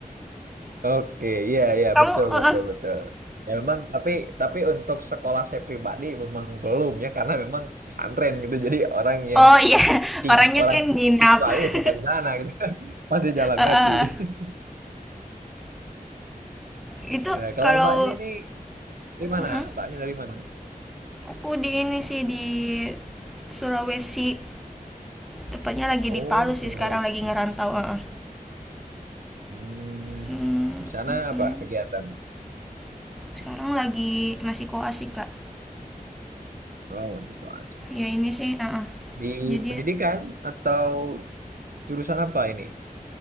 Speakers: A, on the right; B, in the centre.
A: Oke, iya iya
B: Kamu
A: betul betul
B: heeh.
A: betul. Ya memang tapi tapi untuk sekolah saya pribadi memang belum ya karena memang pesantren gitu. Jadi orang yang
B: Oh iya, <laughs>
A: ting
B: orangnya
A: orang
B: kan nginap.
A: siswanya ya tinggal
B: <laughs>
A: di sana gitu. <laughs> Masih jalan
B: Heeh.
A: kaki. <laughs>
B: Itu
A: Ya, kalau
B: kalau
A: mbaknya ini dari mana?
B: heeh.
A: Mbaknya dari mana?
B: Aku di ini sih di Sulawesi, tepatnya lagi
A: Oh,
B: di Palu
A: Sulawesi.
B: sih sekarang lagi ngerantau. heeh.
A: Hmm,
B: Hmm,
A: di sana
B: mm-mm.
A: apa kegiatan?
B: Sekarang lagi masih koas sih Kak.
A: Oh, Sulawesi.
B: Ya ini sih, heeh.
A: Di
B: Jadi
A: pendidikan atau jurusan apa ini?